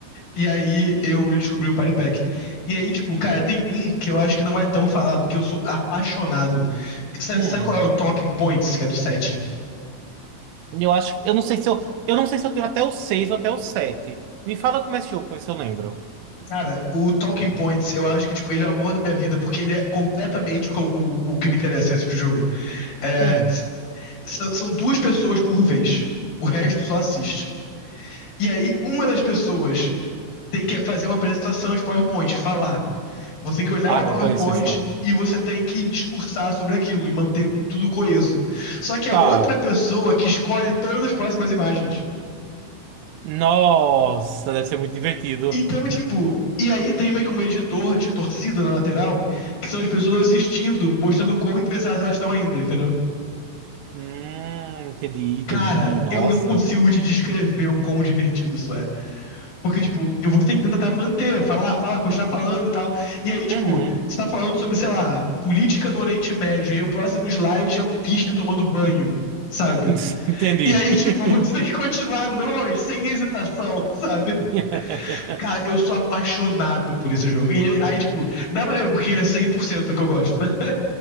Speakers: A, on the left (about 45°); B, on the right (about 80°).
A: E aí eu descobri o Party Pack. E aí, tipo, cara, tem um que eu acho que não é tão falado, que eu sou apaixonado. Sabe,
B: Hum,
A: sabe qual é o Talking Points, que é do set.
B: eu acho, que- eu não sei se eu, eu não sei se eu tenho até o 6 ou até o sete Me fala como é esse jogo, pra ver se eu lembro.
A: Cara, o Talking Points, eu acho que, tipo, ele é o amor da minha vida, porque ele é completamente o, que eu- o, o que me interessa nesse tipo de jogo. É,
B: Hum.
A: s- são são duas pessoas por vez. O resto só assiste. E aí, uma das pessoas tem que fazer uma apresentação de PowerPoint, falar. Você tem que olhar
B: Ah,
A: o
B: não
A: PowerPoint
B: conheço esse não.
A: e você tem que discursar sobre aquilo e manter tudo coeso. Só que é
B: Tá.
A: outra pessoa que escolhe todas as próximas imagens.
B: Nossa, deve ser muito divertido.
A: Então, tipo, e aí tem meio que um medidor de torcida na lateral, que são as pessoas assistindo, mostrando quão interessadas elas estão ainda, entendeu?
B: Hum, entendi, entendi.
A: Cara,
B: Nossa.
A: eu não consigo te descrever o quão divertido isso é. Porque, tipo, você tem que tentar manter, falar, falar, continuar falando e tal. E aí, tipo,
B: Uhum.
A: você tá falando sobre, sei lá, política no Oriente Médio, e aí o próximo slide é um pisca tomando banho, sabe?
B: <laughs> Entendi.
A: E aí, tipo, <laughs> você
B: <laughs>
A: tem que continuar a noite sem hesitação, sabe?
B: <laughs>
A: Cara, eu sou apaixonado por esse jogo. E ele- aí, tipo, dá pra ver porque ele é 100% que eu gosto, né? <laughs>